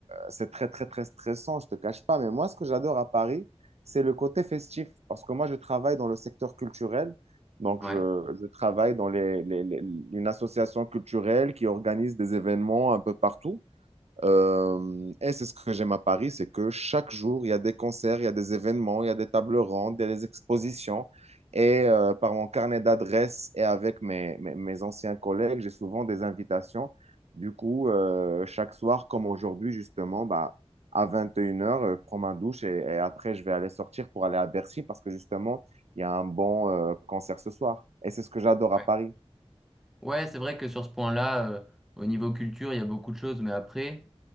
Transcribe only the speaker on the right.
c'est très, très, très stressant, je ne te cache pas. Mais moi, ce que j'adore à Paris, c'est le côté festif. Parce que moi, je travaille dans le secteur culturel. Donc,
je, je travaille dans les- les- les- une association culturelle qui organise des événements un peu partout. Euh, et c'est ce que j'aime à Paris, c'est que chaque jour, il y a des concerts, il y a des événements, il y a des tables rondes, il y a des expositions. Et euh, par mon carnet d'adresses et avec mes, mes, mes anciens collègues, j'ai souvent des invitations. Du coup, euh, chaque soir, comme aujourd'hui, justement, bah, à 21 heures, je prends ma douche et, et après, je vais aller sortir pour aller à Bercy parce que justement, il y a un bon euh, concert ce soir. Et c'est ce que j'adore
à Paris.